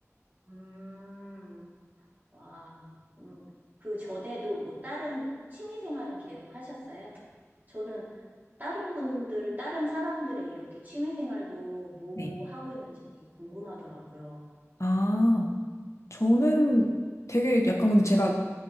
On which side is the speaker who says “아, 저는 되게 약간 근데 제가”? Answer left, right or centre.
Left